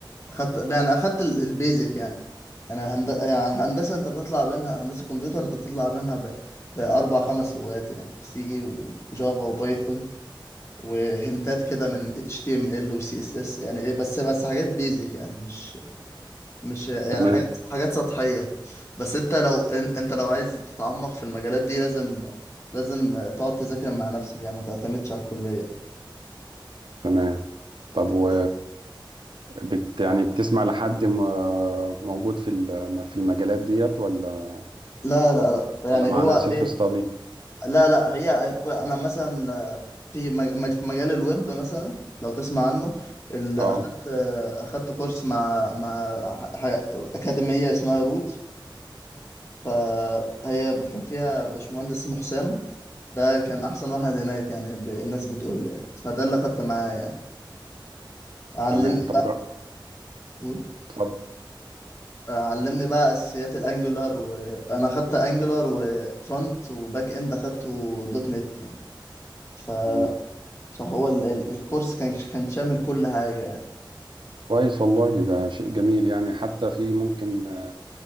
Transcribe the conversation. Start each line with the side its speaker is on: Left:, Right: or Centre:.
Left: خدت يعني اخدت ال- البيزك يعني يعني هند... يعني هندسه انت بتطلع منها هندسه كمبيوتر انت بتطلع منها ب... باربع خمس لغات يعني سي وجافا وبايثون وهنتات كده من اتش تي ام ال وسي اس اس يعني ايه بس بس حاجات بيزك يعني مش مش يعني
Right: تمام
Left: حاجات حاجات سطحية بس انت لو ان- انت لو عايز تتعمق في المجالات دي لازم لازم تقعد تذاكر مع نفسك يعني ما تعتمدش على الكلية
Right: تمام طب
Left: انت
Right: و بت يعني بتسمع لحد م- موجود في ال- في المجالات ديت ولا
Left: لا لا لا يعني
Right: ولا معنا
Left: هو
Right: سيلف
Left: ايه
Right: ستادي
Left: لا لا هي كو- انا مثلا آه، في مج- مج- في مجال الويب مثلا لو تسمع عنه اللي
Right: اه
Left: اخدت آه، اخدت كورس مع مع ح- ح- اكاديمية اسمها روت فهي كان فيها باشمهندس اسمه حسام ده كان احسن واحد هناك يعني ب- الناس بتقول لي يعني فده اللي خدت معاه يعني علمني
Right: تمام طب
Left: بقى
Right: جر...
Left: قول.
Right: اتفضل
Left: علمني بقى اساسيات الانجولار وانا خدت انجولار وفرونت وباك اند اخدته دوت نت يعني ف...
Right: كم
Left: فهو ال... ال... الكورس كان كان شامل كل حاجه يعني
Right: كويس والله ده شيء جميل يعني حتى في ممكن آه،